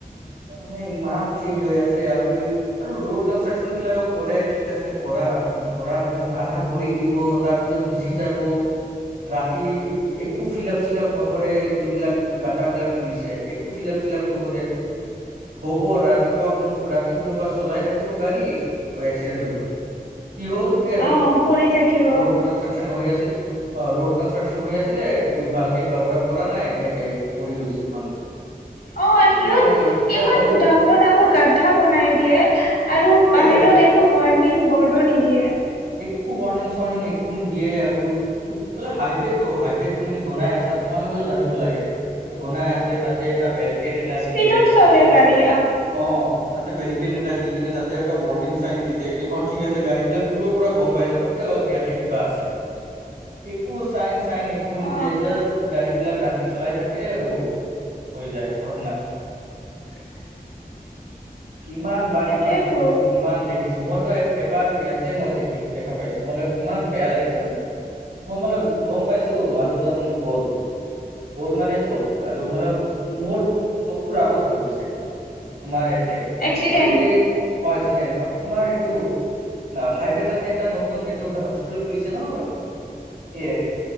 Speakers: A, on the right (about 85°); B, on the left (about 85°).
A: মানে ইমান চেঞ্জ হৈ আছে আৰু আৰু ৰোড কনষ্ট্ৰাকচন বিলাকও কৰে ঠিক আছে। কৰা মানে কৰাৰ পিছত আধা কৰি দিব তাৰ পিছত গুচি যাব। ৰাতি একো ফিলাপ চিলাপ। নকৰে যোনবিলাক গাঁটা বিলাক খুলিছে একো ফিলাপ চিলাপ নকৰে। হ'ব ৰাতিপুৱা কোনো ৰাতি কোনোবা চলাই থাকিব গাড়ী এক্সিডেণ্ট হৈ গ'ল। কি হ'ল এৰ।
B: অ পৰি থাকিব
A: ৰোড কনষ্ট্ৰাকশন হৈ আছিল, অ ৰোড কনষ্ট্ৰাকচন হৈ আছিলে। টো ভালকে কভাৰ আপ কৰা নাই এ পৰি গৈছে মানুহ।
B: অ
A: এইটোয়ে
B: সিহঁত
A: মানে কেতিয়া
B: ইমান
A: কওঁ
B: ডাঙৰ ডাঙৰ গ্ধা বনাই দিয়ে আৰু
A: এইটোয়ে
B: বাহিৰত। ত একো ৱৰ্ণিং বৰ্ডো নিদিয়ে।
A: একো ৱৰ্ণিং চৰ্ণিং একো নিদিয়ে আৰু তুম বলে হাইৱে তটো হাইৱে তুমি বনাই আছা। তোমালোকও জানিব লাগে, যে বনাই আছে তাতে এটা বেৰিক। কিট এটা
B: স্পীডত
A: দি দিয়
B: চলে
A: তাতে
B: গাড়ী
A: অ ত। বেৰিকেড এটা দি কিনে তাতে এটা ৱৰ্ণিং চাইন দিয়ে কি অ থিক আছে গাড়ী বিলাক দূৰ পৰা গম পাই যাব কি। ইয়াতে কিবা আছে, একো চাইন চাইন একো নিদিয়ে
B: অ
A: জাষ্ট। গাড়ী বিলাক ৰাতি চলাই থাকে আৰু হৈ যায় ঘটনা।
B: <unintelligible>
A: কিমান বাৰ
B: এইটোয়েতো
A: ইমান দেখিছো কিমান দেখিছো মইতোয়াত এবাৰ ইয়াত। তাতে মই দেখি দেখা পাইছো মান ইমান বেয়া লাগিছে মোক। মই মলে গম পাইছো মানুহজন গ'ল। গ'ল মানে গ'ল আৰু মল, মোৰ। পুৰা আগৌ থৈ গৈছে এইটো তমাৰ ইয়াতে কি
B: এক্সিডেণ্ট
A: বুলিল কয় এই অএ্সিডেণ্ট। তোমাৰ এইটো। হাইৱে তাতে এটা নতুন এইটো হস্পিটেল খুলিছে ন এ।